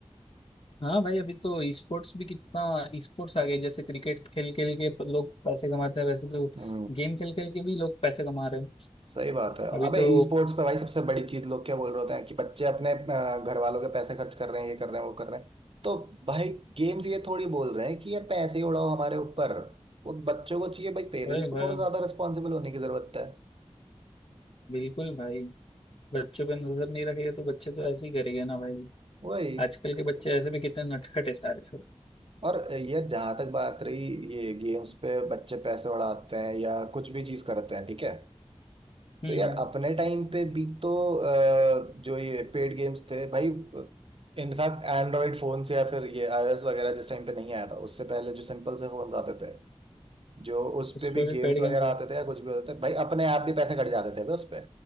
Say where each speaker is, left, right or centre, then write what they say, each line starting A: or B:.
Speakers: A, on the left; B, on the right.
A: हाँ भाई अभी तो ई स्पोर्ट्स भी कितना ई स्पोर्ट्स आ गए जैसे क्रिकेट खेल खेल के लोग पैसे कमाते हैं वैसे तो
B: के
A: गेम खेल खेल के भी लोग पैसे कमा रहे हैं
B: सही बात है
A: अभी
B: अबे
A: तो
B: ई स्पोर्ट्स पे भाई सबसे बड़ी चीज लोग क्या बोल रहे होते हैं कि बच्चे अपने अ, घर वालों के पैसे खर्च कर रहे हैं ये कर रहे हैं वो कर रहे हैं तो भाई गेम्स ये थोड़ी बोल रहे हैं कि यार पैसे ही उड़ाओ हमारे ऊपर वो बच्चों को चाहिए भाई पेरेंट्स
A: अरे
B: को
A: भाई
B: थोड़ा ज्यादा रिस्पॉन्सिबल होने की जरूरत है
A: बिल्कुल भाई बच्चों पे नजर नहीं रखेगा तो बच्चे तो ऐसे ही करेंगे ना भाई
B: वही
A: आजकल के बच्चे ऐसे भी कितने नटखट है सारे सब
B: और ये जहां तक बात रही ये गेम्स पे बच्चे पैसे उड़ाते हैं या कुछ भी चीज करते हैं ठीक है
A: हम्म
B: तो यार अपने टाइम पे भी तो अ, जो ये पेड गेम्स थे भाई इनफैक्ट एंड्रॉइड फोन से या फिर ये आईओएस वगैरह जिस टाइम पे नहीं आया था उससे पहले जो सिंपल से फोन आते थे जो उस
A: उस
B: पे भी
A: पर भी
B: गेम्स
A: पेड
B: वगैरह
A: गेम्स हो
B: आते थे या कुछ भी होते थे भाई अपने आप भी पैसे कट जाते थे बस पे